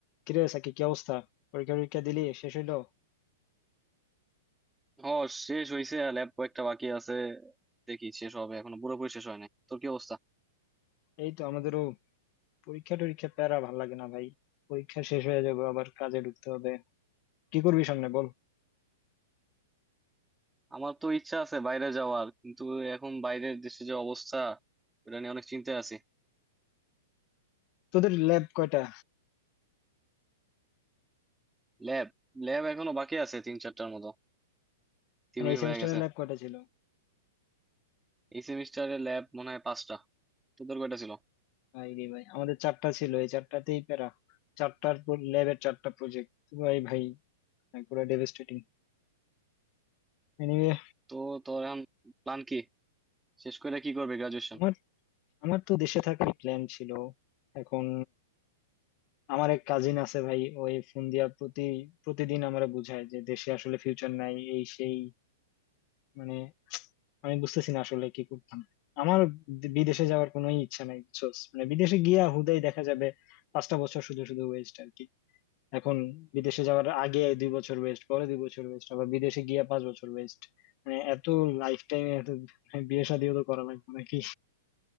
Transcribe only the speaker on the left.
কিরে সাকি কি অবস্থা পরীক্ষা টরীক্ষা দিলি শেষ হইলো
এই তো আমাদেরও পরীক্ষা টরীক্ষা প্যারা ভাল লাগে না ভাই পরীক্ষা শেষ হয়ে যাবে আবার কাজে ঢুকতে হবে কি করবি সামনে বল
তোদের ল্যাব কয়টা
মানে এই সেমিস্টারের
ল্যাব কয়টা ছিল
ভাই রে ভাই আমাদের চারটা ছিল এই চারটাতেই প্যারা চারটার ল্যাবের চারটা প্রজেক্ট ভাই ভাই ভাই, পুরো ডেভাস্টেটিং এনিওয়ে
আমার আমার তো দেশে থাকার প্ল্যান ছিল এখন আমার এক কাজিন আছে ভাই ওই ফোন দিয়া প্রতি প্রতিদিন আমারে বুঝায় যে দেশে আসলে ফিউচার নাই এই সেই মানে আমি বুঝতেছি না আসলে কি করতাম আমার বি- বিদেশে যাওয়ার কোনো ইচ্ছা নাই বুঝছোস মানে বিদেশে গিয়া হুদাই দেখা যাবে পাঁচটা বছর শুধু শুধু ওয়েস্ট আর কি এখন বিদেশে যাওয়ার আগে দুই বছর ওয়েস্ট পরে দুই বছর ওয়েস্ট আবার বিদেশে গিয়া পাঁচ বছর ওয়েস্ট মানে এত লাইফ টাইমে এত মানে বিয়ে শাদিও তো করা লাগবে নাকি